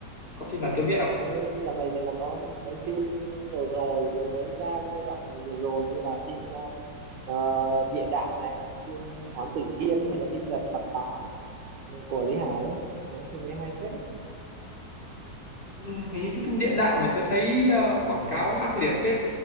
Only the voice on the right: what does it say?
mấy dạo này thì nó có mấy phim nổi nổi mới ra cái giai đoạn vừa rồi như là phim ờ, ờ, Địa Đạo này phim Thám Tử Kiên hay là phim Lật Mặt Tám của Lý Hải ấy. mấy phim ấy hay phết ấy.